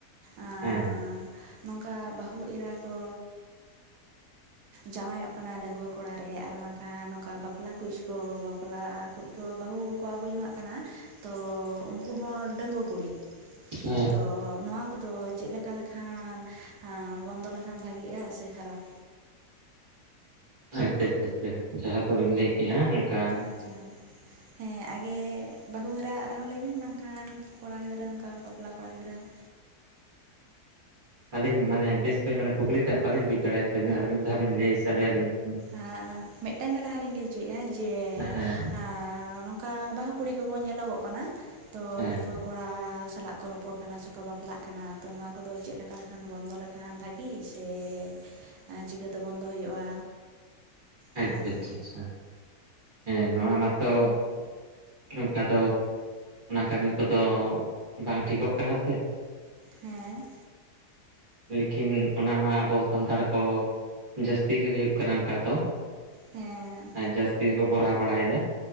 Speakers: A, on the right; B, on the right.
A: ᱟᱸᱻ
B: ᱦᱮᱸ
A: ᱱᱚᱝᱠᱟ ᱵᱟᱹᱦᱩ ᱮᱨᱟ ᱠᱚ ᱡᱟᱶᱟᱭᱚᱜ ᱠᱟᱱᱟ ᱰᱟᱺᱜᱣᱟᱹ ᱠᱚᱲᱟ ᱨᱮ ᱟᱨ ᱵᱟᱝᱠᱷᱟᱱ ᱱᱚᱝᱠᱟ ᱵᱟᱯᱞᱟ ᱠᱩᱪ ᱠᱚ ᱵᱟᱯᱞᱟ ᱠᱩᱡ ᱠᱚ ᱵᱟᱹᱦᱩ ᱠᱚ ᱟᱹᱜᱩ ᱡᱚᱝᱟᱜ ᱠᱟᱱᱟ ᱛᱚ ᱩᱝᱠᱩ ᱦᱚᱸ ᱰᱟᱺᱜᱽᱣᱟᱹ ᱠᱩᱲᱤ
B: ᱦᱮᱸ
A: ᱛᱚ ᱱᱚᱣᱟ ᱠᱚᱫᱚ ᱪᱮᱜ ᱞᱮᱠᱟ ᱞᱮᱠᱷᱟᱱ ᱵᱚᱱᱫᱚ ᱞᱮᱠᱷᱟᱱ ᱵᱷᱟᱜᱤᱜᱼᱟ ᱥᱮ ᱠᱷᱟᱨᱟᱯ
B: ᱟᱪᱪᱷᱟ ᱟᱪᱷᱟ ᱟᱪᱪᱷᱟ ᱡᱟᱦᱟᱸ ᱠᱚᱵᱤᱱ ᱞᱟᱹᱭ ᱠᱮᱜ-ᱟ ᱚᱝᱠᱟ
A: ᱟᱪᱪᱷᱟ ᱦᱮᱸ ᱟᱜᱮ ᱵᱟᱹᱦᱩ ᱮᱨᱟᱣᱟᱜ ᱨᱮᱦᱚᱸ ᱞᱟᱹᱭ ᱵᱮᱱ ᱵᱟᱝᱠᱷᱟᱱ ᱠᱚᱲᱟ ᱜᱤᱫᱽᱨᱟᱹ ᱚᱝᱠᱟ ᱵᱟᱯᱞᱟ ᱠᱚᱲᱟ ᱜᱤᱫᱽᱨᱟᱹᱣᱟᱜ
B: ᱟᱹᱞᱤᱧ ᱢᱟᱱᱮ ᱵᱮᱥ ᱠᱟᱹᱡ ᱢᱟᱱᱮ ᱠᱩᱠᱞᱤᱴᱟᱜ ᱵᱟᱞᱤᱧ ᱵᱩᱡᱽ ᱫᱟᱲᱮᱭᱟᱜ ᱛᱟᱵᱤᱱᱟ ᱟᱨ ᱢᱤᱫ ᱫᱷᱟᱣ ᱵᱤᱱ ᱞᱟᱹᱭ ᱥᱟᱰᱮᱭᱟᱞᱤᱧ ᱠᱮᱭᱟ᱾
A: ᱟ ᱢᱤᱜᱴᱟᱝ ᱜᱮ ᱞᱟᱦᱟ ᱞᱤᱧ ᱞᱟᱹᱭ ᱦᱚᱪᱚᱭᱮᱜᱼᱟ ᱡᱮ
B: ᱦᱮᱸ
A: ᱟ ᱱᱚᱝᱠᱟ ᱵᱟᱹᱦᱩ ᱠᱩᱲᱤ ᱠᱚᱠᱚ ᱧᱮᱞᱚᱜᱚᱜ ᱠᱟᱱᱟ ᱛᱚ
B: ᱦᱮᱸ
A: ᱰᱟᱺᱜᱣᱟᱹ ᱠᱚᱲᱟ ᱥᱟᱞᱟᱜ ᱠᱚ ᱨᱚᱯᱚᱲ ᱯᱚᱲ ᱠᱟᱱᱟ ᱥᱮᱠᱚ ᱵᱟᱯᱞᱟᱜ ᱠᱟᱱᱟ ᱛᱚ ᱱᱚᱣᱟ ᱠᱚᱫᱚ ᱪᱮᱜ ᱞᱮᱠᱟ ᱞᱮᱠᱷᱟᱱ ᱵᱚᱱᱫᱚ ᱞᱮᱠᱷᱟᱱ ᱵᱷᱟᱹᱜᱤ ᱥᱮ ᱮᱸ ᱪᱤᱠᱟᱹᱛᱮ ᱵᱚᱱᱫᱚ ᱦᱩᱭᱩᱜᱼᱟ? ᱚᱱᱟ
B: ᱟᱪᱪᱷᱟ ᱟᱪᱪᱷᱟ
A: ᱠᱚ
B: ᱪᱷᱟ ᱦᱮᱸ ᱱᱚᱣᱟ ᱢᱟᱛᱚ ᱚᱝᱠᱟ ᱫᱚ ᱚᱱᱟ ᱠᱟᱹᱢᱤ ᱠᱚᱫᱚ ᱵᱟᱝ ᱴᱷᱤᱠᱚᱜ ᱠᱟᱱᱟ ᱥᱮ᱾
A: ᱦᱮᱸ
B: ᱞᱮᱠᱤᱱ ᱚᱱᱟᱢᱟ ᱟᱵᱚ ᱥᱟᱱᱛᱟᱲ ᱠᱚ ᱡᱟᱹᱥᱛᱤ ᱜᱮ ᱦᱩᱭᱩᱜ ᱠᱟᱱᱟ ᱚᱝᱠᱟ ᱫᱚ᱾
A: ᱦᱮᱸ
B: ᱟ ᱡᱟᱹᱥᱛᱤ ᱜᱮᱠᱚ ᱠᱚᱨᱟᱣ ᱵᱟᱲᱟᱭᱫᱟ᱾